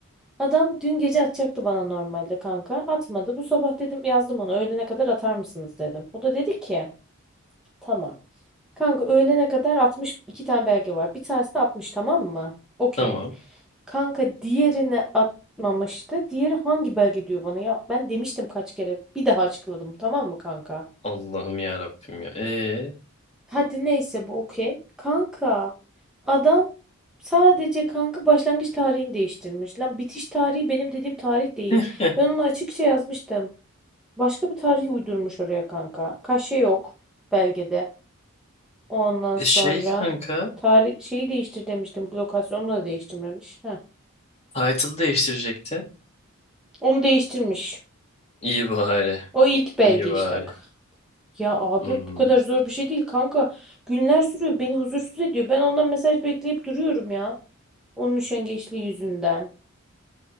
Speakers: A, in the centre; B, on the left.
A: Adam dün gece atacaktı bana normalde kanka. Atmadı. Bu sabah dedim yazdım ona öğlene kadar atar mısınız dedim. O da dedi ki tamam. Kanka öğlene kadar atmış iki tane belge var. Bir tanesini atmış tamam mı? Okey.
B: Tamam.
A: Kanka diğerini atmamıştı. Diğeri hangi belge diyor bana ya? Ben demiştim kaç kere. Bir daha açıkladım tamam mı kanka?
B: Allah'ım ya Rabbim ya. Ee,
A: Hadi neyse bu okey. Kanka adam sadece kanka başlangıç tarihini değiştirmiş. Lan bitiş tarihi benim dediğim tarih değil.
B: heh,
A: Ben onu açıkça yazmıştım. Başka bir tarihi uydurmuş oraya kanka. Kaşe yok belgede. Ondan
B: e
A: sonra
B: şey kanka
A: tarih şeyi değiştir demiştim. Lokasyonu da değiştirmemiş. Heh.
B: title değiştirecekti.
A: Onu değiştirmiş.
B: İyi bari.
A: O ilk belge
B: İyi
A: işte.
B: bari.
A: Ya abi
B: Hmm,
A: bu kadar zor bir şey değil kanka. Günler sürüyor. Beni huzursuz ediyor. Ben ondan mesaj bekleyip duruyorum ya. Onun üşengeçliği yüzünden.